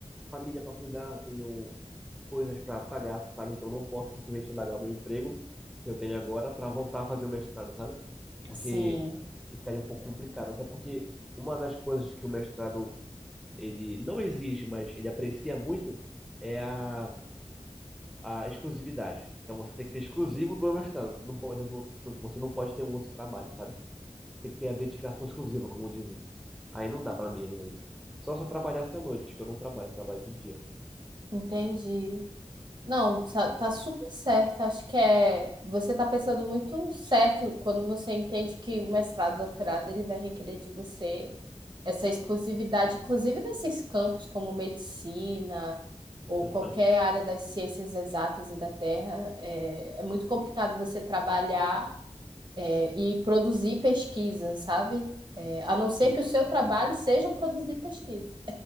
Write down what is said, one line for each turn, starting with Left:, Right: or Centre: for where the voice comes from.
Centre: família para cuidar, eu tenho coisas para pagar, sabe? Então, não posso simplesmente largar meu emprego que eu tenho agora para voltar a fazer o mestrado, sabe? Porque
Right: Sim,
Centre: ficaria um pouco complicado, até porque uma das coisas que o mestrado ele não exige, mas ele aprecia muito é a a exclusividade. Então você tem que ser exclusivo do mestrado. Você não pode, você não pode ter um outro trabalho, sabe? Tem que ter a dedicação exclusiva, como dizem. Aí não dá pra mim ainda isso. Só se eu trabalhasse à noite, que eu não trabalho, eu trabalho de dia.
Right: entendi. Não, tá, tá super certo. Acho que é. Você tá pensando muito certo quando você entende que o mestrado, doutorado, ele vai requerer de você essa exclusividade, inclusive nesses campos como medicina ou
Centre: Aham.
Right: qualquer área das ciências exatas e da terra. É, é muito complicado você trabalhar, é, e produzir pesquisa, sabe? É,
Centre: Isso,
Right: a não ser
Centre: isso.
Right: que o seu trabalho
Centre: É muito difícil.
Right: seja produzir pesquisa.